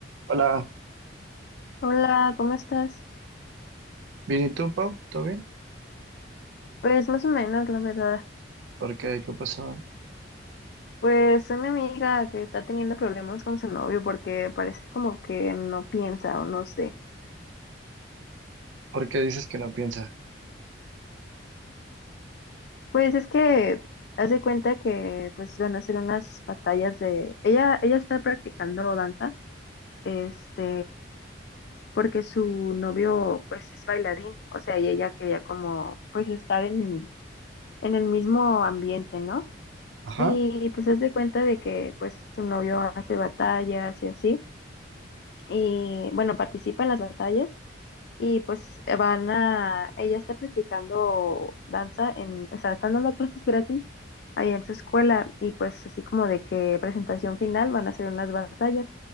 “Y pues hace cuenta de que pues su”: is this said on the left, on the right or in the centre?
Left